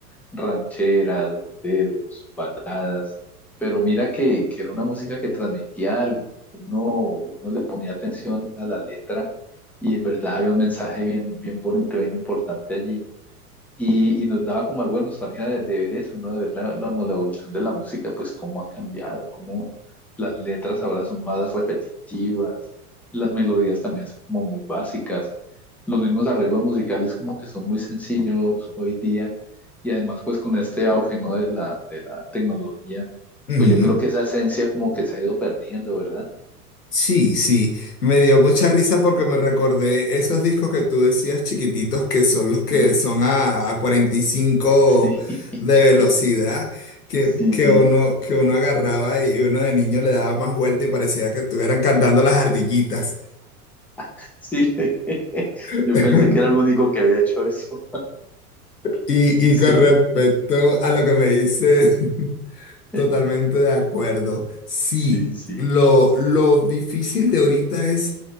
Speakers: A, in the centre; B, on the left.
A: rancheras, boleros, baladas, pero mira que, que era una música que transmitía algo. Uno, uno le ponía atención a la letra y en verdad había un mensaje bien, bien bonito, bien importante allí. Y, y nos daba como algo de nostalgia de, de ver eso, ¿no? De ver la, la, la evolución de la música, pues cómo ha cambiado, cómo las letras ahora son más repetitivas, las melodías también son como muy básicas, los mismos arreglos musicales como que son muy sencillos hoy día, y además pues con este auge, ¿no? De la, de la tecnología,
B: Ujú,
A: pues yo creo que esa esencia como que se ha ido perdiendo, ¿verdad?
B: Sí, sí, me dio mucha risa porque me recordé esos discos que tú decías chiquititos que son los
A: Sí,
B: que son a, a cuarenta y cinco
A: sí, <laughs>
B: de velocidad que,
A: sí,
B: que
A: sí, sí.
B: uno, que uno agarraba y uno de niño le daba más vuelta y parecía que estuvieran cantando las ardillitas.
A: <laughs>
B: <laughs>
A: Yo pensé que era el único que había hecho eso.
B: Y, y
A: Sí,
B: con respecto a lo que me dice, <laughs> totalmente
A: <laughs>
B: de acuerdo. Sí,
A: sí, sí,
B: lo, lo difícil de ahorita es